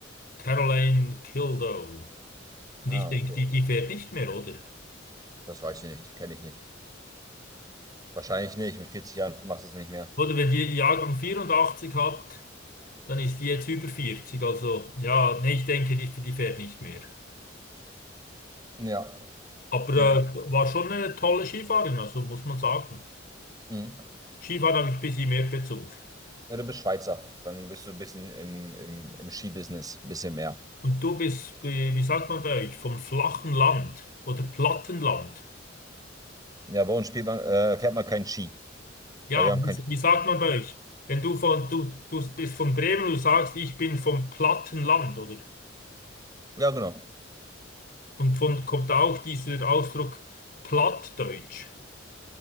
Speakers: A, on the left; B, on the right.
A: Caroline Kildow. Und
B: Ah,
A: ich denke,
B: okay.
A: die, die fährt nicht mehr, oder?
B: Das weiß ich nicht. Die kenne ich nicht. Wahrscheinlich nicht. Mit 40 Jahren machst du es nicht mehr.
A: Oder wenn die Jahrgang 84 hat, dann ist die jetzt über 40. Also ja, nee, ich denke, die, die fährt nicht mehr.
B: Ja,
A: Aber
B: denke.
A: äh, war schon eine tolle Skifahrerin, also muss man sagen.
B: Mhm.
A: Skifahren habe ich ein bisschen mehr Bezug.
B: Ja, du bist Schweizer, dann bist du ein bisschen im, im, im Skibusiness, ein bisschen mehr.
A: Und du bist, wie, wie sagt man bei euch, vom flachen Land oder Plattenland?
B: Ja, bei uns spielt man, äh, fährt man keinen Ski,
A: Ja,
B: weil wir haben
A: wie,
B: keinen Ski.
A: wie sagt man bei euch? Wenn du von, du, du bist von Bremen, du sagst, ich bin vom Plattenland, oder?
B: Ja, genau.
A: Und von kommt auch dieser Ausdruck Plattdeutsch.